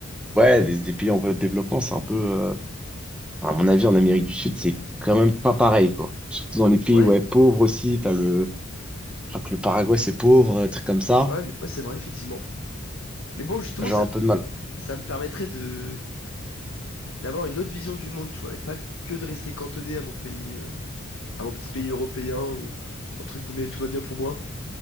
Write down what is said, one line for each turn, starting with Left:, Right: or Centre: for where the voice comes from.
Centre: Ouais, des, des pays en voie de développement, c'est un peu, euh, enfin, à mon avis, en Amérique du Sud, c'est quand même pas pareil, quoi. Surtout dans les pays,
Left: Ouais,
Centre: ouais, pauvres aussi, t'as le, je crois que le Paraguay, c'est pauvre, un truc comme ça.
Left: ouais, mais- ouais, c'est vrai, effectivement. Mais bon, justement,
Centre: J'ai
Left: ça,
Centre: un peu de mal.
Left: ça me permettrait de d'avoir une autre vision du monde, tu vois, et pas que de rester cantonné à mon pays, euh, à mon petit pays européen où, entre guillemets, tout va bien pour moi.